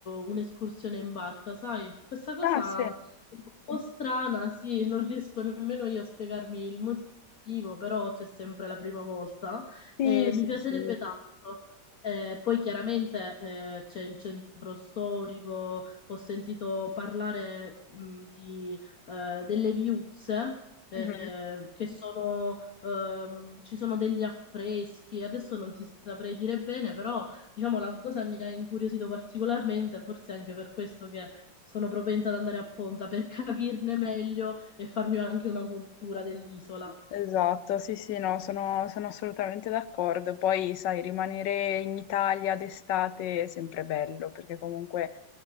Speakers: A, on the left (about 55°); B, on the left (about 75°).
A: un'escursione in barca, sai? Questa cosa
B: Ah, sì.
A: è un po' strana, sì, non riesco nemmeno io a spiegarmi il motivo, però c'è sempre la prima volta.
B: Sì,
A: Eh,
B: sì,
A: mi piacerebbe
B: sì,
A: tanto. Eh, poi chiaramente eh, c'è il centro storico, ho sentito parlare mh, di, eh, delle viuzze, eh,
B: esatto.
A: che sono, ehm, ci sono degli affreschi, adesso non ti saprei dire bene, però diciamo la cosa mi ha incuriosito particolarmente, forse anche per questo che sono propensa ad andare a Ponza per capirne meglio e farmi anche una cultura dell'isola.
B: Esatto, sì, sì, no, sono, sono assolutamente d'accordo. Poi, sai, rimanere in Italia d'estate è sempre bello, perché comunque